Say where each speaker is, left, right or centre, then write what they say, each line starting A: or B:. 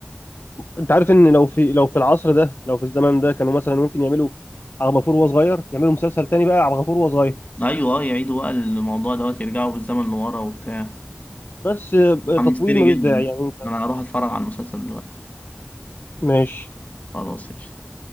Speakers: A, on the left; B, on the left.
A: انت عارف ان لو في لو في العصر ده لو في الزمن ده كانوا مثلا ممكن يعملوا عبد الغفور وهو صغير يعملوا مسلسل تاني بقى عبد الغفور وهو صغير
B: ايوه اه يعيدوا بقى الموضوع دوت يرجعوا بالزمن لورا وبتاع
A: بس آه،
B: حمستني
A: تطويل ملوش
B: جدا
A: داعي يعني انت
B: انا هروح اتفرج على المسلسل دلوقتي
A: ماشي
B: خلاص قشطة.